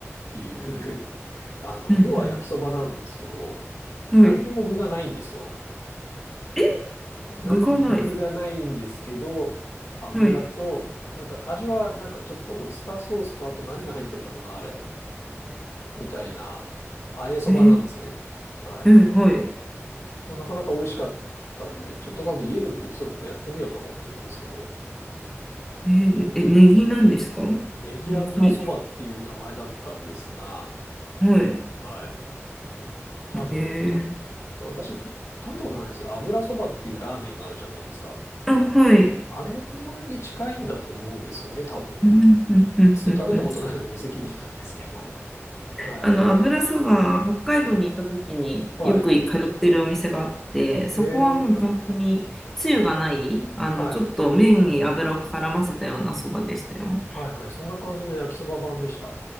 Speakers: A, on the left (about 85°); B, in the centre.
A: ていう <laughs> あの、
B: うん
A: 要は焼きそばなんですけど、
B: うん。
A: 何にも具がないんですよ。
B: はい。え、
A: 何にも具がないんですけど、
B: 具がない。
A: 油と、
B: はい。
A: なんか味はなんかちょっとオイスターソースとあと何が入ってんだろうな、あれ。みたいな、あえそばなんですね。
B: え
A: はい。
B: えははい。
A: これなかなか美味しかったんで、ちょっと多分家でもできそうなのでやってみようと思ってるんですけど、
B: ええねえ、ネギなんですか
A: ネギ油そばっていう名前だったんですが、
B: ネギ。はい。
A: はい。多分、
B: ええ
A: 私、食べたことないんですけど、油そばっていうラーメンがあるじゃないですか。
B: あ、はい。
A: あれのに近いんだと思うんですよね、多分。
B: うんうんうんうんうん。
A: つって食べたことないのに無責任なんですけど。<laughs> はい。
B: あの、油そば、北海道に行った時によく通ってるお店があって、
A: はい。
B: そこはもう本当につゆがない、
A: えー、
B: あの、
A: はい。
B: ちょっと麺に油を絡ませたようなそばでしたよ。
A: はいはい。そんな感じの焼きそば版でした。